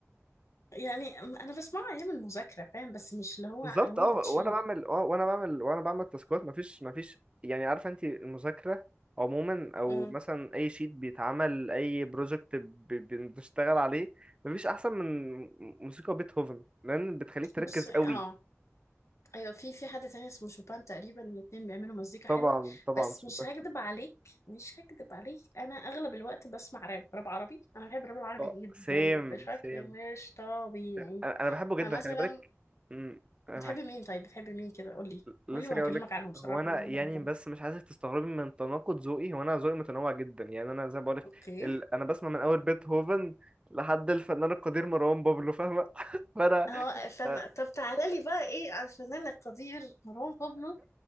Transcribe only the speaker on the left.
يعني انا بسمعه ايام المذاكره فاهم بس مش اللي هو
وانا
بتشل
امم
بص اه
ايوه في في حد تاني اسمه شوبان تقريبا الاتنين بيعملوا مزيكا
حلوه
بس
مش هكدب عليك مش هكدب عليك انا اغلب الوقت بسمع راب راب عربي انا بحب الراب العربي
جدا
بشكل
مش طبيعي
فمثلا
بتحبي
مين طيب بتحبي مين كده قولي
قولي وهكلمك
عنهم بصراحة
عشان
بحبهم
اوكي
هو استنى
طب تعالى لي بقى ايه على الفنان القدير مروان بابلو